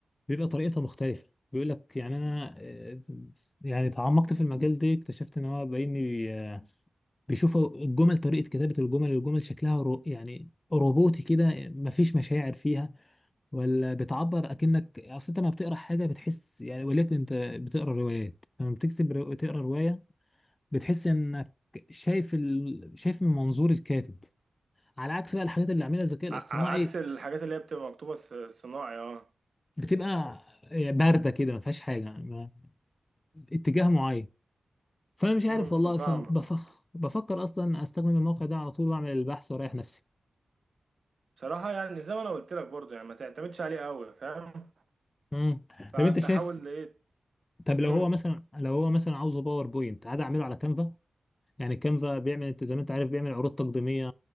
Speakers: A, on the left; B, on the right.
A: بيبقى طريقتها مختلفة بيقول لك يعني انا آه، يعني تعمقت في المجال ده اكتشفت ان هو باين لي، آه، بيشوف الجمل طريقة كتابة الجمل الجمل شكلها رو يعني روبوتي كده مفيش مشاعر فيها ولا بتعبر اكنك اصل انت لما بتقرا حاجة بتحس يعني ولكن انت بتقرا روايات لما بتكتب رو- تقرا رواية بتحس انك شايف ال... شايف من منظور الكاتب على عكس بقى الحاجات اللي عاملها الذكاء الاصطناعي
B: ع- على عكس الحاجات اللي هي بتبقى مكتوبة ص- صناعي اه
A: بتبقى بارده كده ما فيهاش حاجه ما اتجاه معين فانا مش عارف
B: مم،
A: والله
B: فاهمك
A: ف... بف...
B: اه
A: بفكر اصلا استخدم الموقع ده على طول واعمل البحث واريح نفسي
B: بصراحة يعني زي ما انا قلت لك برضه يعني ما تعتمدش عليه قوي فاهم
A: امم
B: فانت
A: طب انت شايف
B: حاول ايه
A: طب
B: مم.
A: لو هو مثلا لو هو مثلا عاوزه باوربوينت عادي اعمله على كانفا يعني كانفا بيعمل انت زي ما انت عارف بيعمل عروض تقديميه